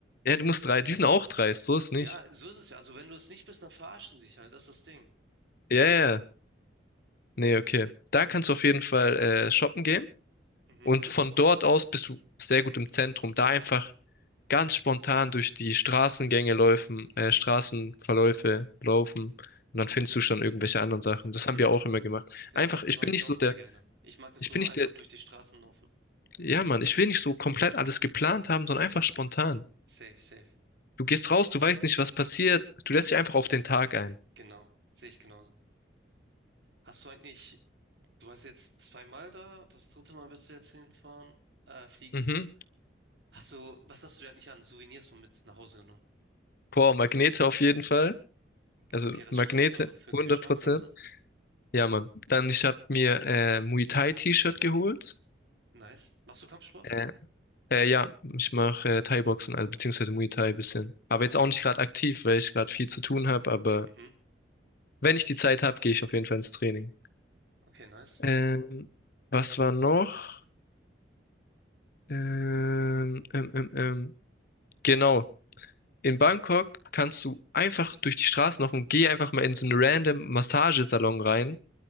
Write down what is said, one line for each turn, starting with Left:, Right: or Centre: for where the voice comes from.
Left: Ja, du musst drei, die sind auch dreist, so ist nicht.
Right: Ja, so ist es ja. Also wenn du es nicht bist, dann verarschen dich halt. Das ist das Ding.
Left: Ja, ja. ja. Nee, okay. Da kannst du auf jeden Fall äh, shoppen gehen.
Right: Mhm.
Left: Und von dort aus bist du sehr gut im Zentrum. Da einfach ganz spontan durch die Straßengänge laufen, äh, Straßenverläufe laufen. Und dann findest du schon irgendwelche anderen Sachen. Das haben
Right: <clears throat>
Left: wir auch immer gemacht.
Right: Das
Left: Einfach, ich
Right: mag
Left: bin
Right: ich
Left: nicht
Right: auch
Left: so der,
Right: sehr gerne. Ich mag es
Left: ich
Right: so
Left: bin nicht
Right: einfach
Left: der,
Right: durch die Straßen laufen.
Left: Ja, Mann, ich will nicht so komplett alles geplant haben, sondern einfach spontan.
Right: Safe, safe.
Left: Du gehst raus, du weißt nicht, was passiert. Du lässt dich einfach auf den Tag ein.
Right: Genau. Sehe ich genauso. Hast du eigentlich, du warst jetzt zweimal da, das dritte Mal willst du jetzt hinfahren, äh, fliegen.
Left: Mhm.
Right: Hast du, was hast du dir eigentlich an Souvenirs so mit nach Hause genommen?
Left: Boah, Magnete auf jeden Fall. Also
Right: Okay, das
Left: Magnete,
Right: ist Standard so für den
Left: hundert
Right: Kühlschrank,
Left: Prozent.
Right: sagst du?
Left: Ja, Mann. Dann,
Right: Mhm.
Left: ich habe mir äh, Muay Thai T-Shirt geholt.
Right: Nice. Machst du Kampfsport?
Left: Äh, äh, ja, ich mache äh, Thai-Boxen, also beziehungsweise Muay Thai ein bisschen. Aber
Right: Okay,
Left: jetzt auch nicht
Right: nice.
Left: gerade aktiv, weil ich gerade viel zu tun habe. Aber
Right: Mhm.
Left: wenn ich die Zeit habe, gehe ich auf jeden Fall ins Training.
Right: Okay, nice.
Left: Ähm, was war noch? Ähm, ähm, ähm, ähm. Genau, In Bangkok kannst du einfach durch die Straßen laufen und geh einfach mal in so einen random Massagesalon rein.